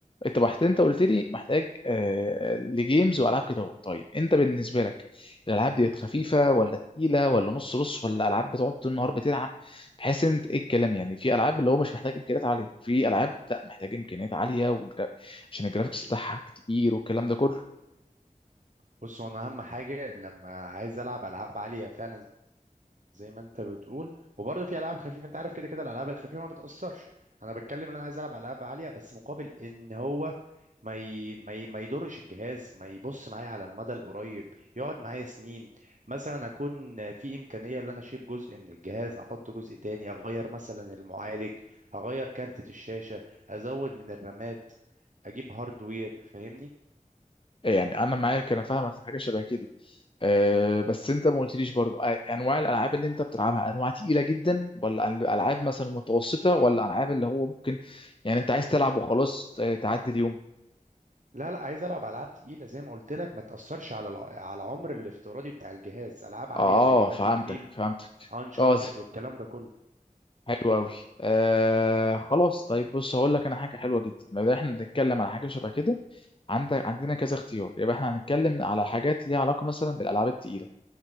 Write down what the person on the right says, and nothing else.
بص هو أنا أهم حاجة لما عايز ألعب ألعاب عالية فعلا زي ما أنت بتقول وبرضه في ألعاب خفيفة أنت عارف كده كده الألعاب الخفيفة ما بتأثرش أنا بتكلم إن أنا عايز ألعب ألعاب عالية بس مقابل إن هو ما ي... ما ي... ما يضرش الجهاز ما يبص معايا على المدى القريب يقعد معايا سنين مثلا اكون في امكانيه ان انا اشيل جزء من الجهاز احط جزء تاني اغير مثلا المعالج اغير كارتة الشاشه ازود من الرامات اجيب هاردوير فاهمني
لا لا عايز العب العاب تقيله زي ما قلت لك ما تاثرش على الع... على العمر الافتراضي بتاع الجهاز العاب عاليه
زي باتل
فيلد
انشارتد
والكلام ده كله